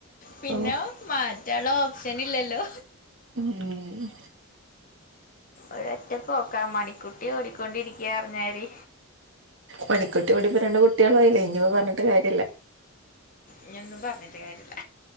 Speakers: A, on the left (about 40°); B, on the right (about 55°).
A: പിന്നെ
B: ഓ,
A: മാറ്റാനുള്ള ഓപ്ഷൻ ഇല്ലല്ലോ
B: ഉം
A: ഒരൊറ്റ പോക്കാ. മണിക്കുട്ടി ഓടിക്കൊണ്ടിരിക്കയാറഞ്ഞാരി
B: മണിക്കു രണ്ട് കുട്ടികളും ആയില്ലേ ഇനി അത് പറഞ്ഞിട്ടും കാര്യമില്ല
A: ഇഞൊന്നും പറഞ്ഞിട്ട് കാര്യല്ല